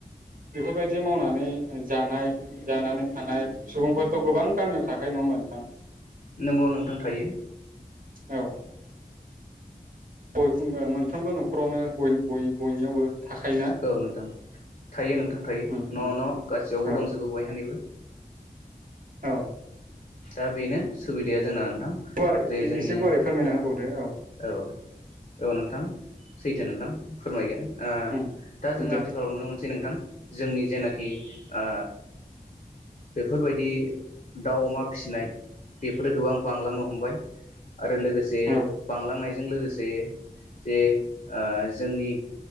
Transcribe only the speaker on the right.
बेफोरबायदि मावनानै जानाय जानानै थानाय सुबुंफोरथ' गोबां गामियाव थाखायो नङा होमबा नोंथां।
औ। ओ मोनफ्रोमबो न'खरावनो बय बय बयनियावबो थाखायोना
उम
उम
औ
औ।
गुवार एसे
गुवारै फोरमायना होबावदो औ।
उम
दे
औ